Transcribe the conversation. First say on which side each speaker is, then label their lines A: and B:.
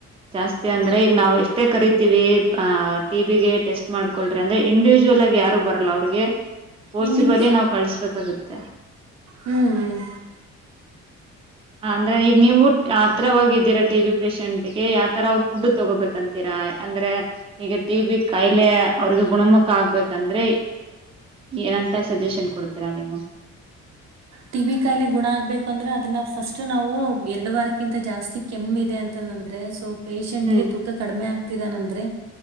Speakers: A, on the right; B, on the right.
A: ಜಾಸ್ತಿ ಅಂದ್ರೆ ಈಗ ನಾವು ಎಷ್ಟೇ ಕರಿತೀವಿ್ ಟಿಿಗೆ ಟೆಸ್ಟ್ ಮಾಡ್ಕೊ್ರಿ ಅಂದೆ ಇಂಡಿವಿಜುವಲ್ಗ ಯಾರ ಬರ ಅವ್ರಿಗೆ ತೋರ್ಸಿ
B: ಇಂಡಿವಿಜ್
A: ಬಲಿ ನಾವ್ ಕಳಸ್ಬೇಕಾಗುತ್ತೆ
B: ಹ್ಮ್ ಹ್ಮ್
A: ಅಂದ್ರೆ ಈಗ ನೀವು ಊ ಆತ್ರ ಹೋಗಿದ್ದೀರಾ ಟಿ ಬಿ ಪೇಷೆಂಟ್ ಹಗೆ ಯಾವ ತರ ಅವ್ರ ಫುಡ್ ತಗೋಬೇಕಂತೀರಾ ಅಂದ್ರೆ ಈಗ ಟಿ ಬಿ ಕಾಯಿಲೆ ಅವ್ರಿಗೆ ಗುಣಮುಖ ಆಗ್ಬೇಕಂದ್ರೆ ಏನಂತ ಸಜೆಷನ್ ಕೊಡ್ತೀರಾ ನೀವು
B: ಟ ಬಿಿ ಕಾಯಿಲೆ ಗುಣ ಆಗ್ಬೇಕುಂದ್ರೆ ಅದನ್ನ ಫಸ್ಟ್ ನಾವು ಎರಡು ವಾರಕ್ಕಿಂತ ಜಾಸ್ತಿ ಕೆಮ್ಮ ಇದೆ ಅಂತಂದಂದ್ರೆ ಸೊ ಪೇಶಷಂಟ್
A: ಹ್ಮ್
B: ಗೆ ತೂ ಕಡಿೆ ಆಗ್ ಆತಿದಾನಂದ್ರೆ <inaudible>